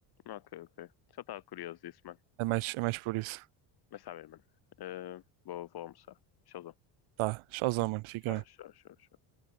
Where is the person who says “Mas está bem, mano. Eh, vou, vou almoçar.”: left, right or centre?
Left